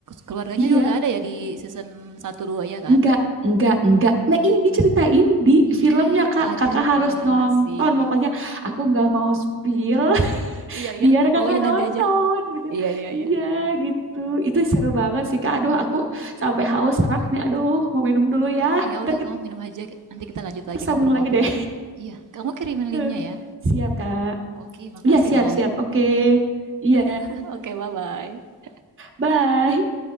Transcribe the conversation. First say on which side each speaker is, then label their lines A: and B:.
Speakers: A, on the right; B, on the right.
A: keluarganya
B: iya.
A: juga nggak ada ya di season satu 2 ya kan
B: Enggak, enggak, enggak. Nah, ini diceritain di filmnya,
A: ih
B: Kak.
A: aduh
B: Kakak harus
A: parah
B: nonton.
A: sih
B: Pokoknya aku nggak mau spill <laughs>
A: iya iya
B: biar kakak
A: pokoknya
B: nonton
A: nanti aja
B: gitu.
A: iya iya
B: Iya,
A: iya
B: gitu. Itu seru banget sih, Kak. Aduh, aku sampai haus serak nih. Aduh, mau minum dulu ya.
A: ya
B: Ntar
A: udah
B: kita
A: kamu minum aja nanti kita lanjut lagi
B: sambung
A: ngobrol-ngobrol
B: lagi deh.
A: iya kamu kirimin
B: <laughs>
A: linknya ya
B: Siap, Kak.
A: oke makasih
B: Iya, siap,
A: loh
B: siap. Oke. Iya.
A: <laughs> oke bye bye
B: Bye.